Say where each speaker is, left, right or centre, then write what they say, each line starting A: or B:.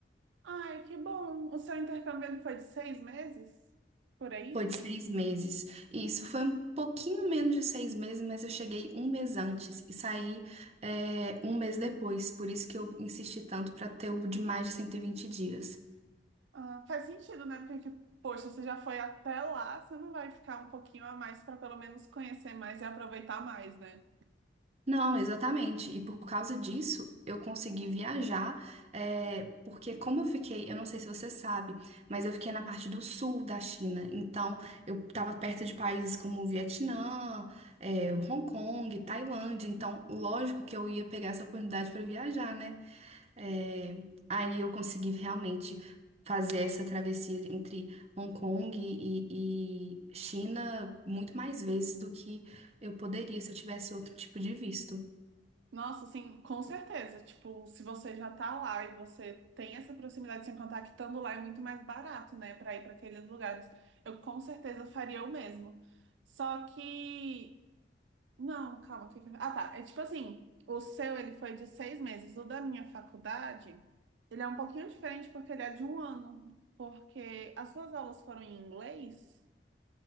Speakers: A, on the right; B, on the right.
A: Ai, que bom. O seu intercâmbio ele foi de seis meses? Por aí?
B: Foi de seis meses. E isso foi um pouquinho menos de seis meses, mas eu cheguei um mês antes e saí, é, um mês depois. Por isso que eu insisti tanto para ter o de mais de 120 dias.
A: Ah, faz sentido, né? Porque, poxa, você já foi até lá, você não vai ficar um pouquinho a mais para pelo menos conhecer mais e aproveitar mais, né?
B: Não, exatamente. E por causa disso, eu consegui viajar, é, porque como eu fiquei, eu não sei se você sabe, mas eu fiquei na parte do sul da China. Então, eu estava perto de países como o Vietnã, é, Hong Kong, Tailândia. Então, lógico que eu ia pegar essa oportunidade para viajar, né? É, aí eu consegui realmente fazer essa travessia entre Hong Kong e e China muito mais vezes do que eu poderia se eu tivesse outro tipo de visto.
A: Nossa, assim, com certeza. Tipo, se você já tá lá e você tem essa proximidade, sem contar que estando lá é muito mais barato, né? Para ir para aqueles lugares. Eu com certeza faria o mesmo. Só que. Não, calma, fica. Ah, tá. É tipo assim, o seu ele foi de seis meses. O da minha faculdade, ele é um pouquinho diferente porque ele é de um ano. Porque as suas aulas foram em inglês.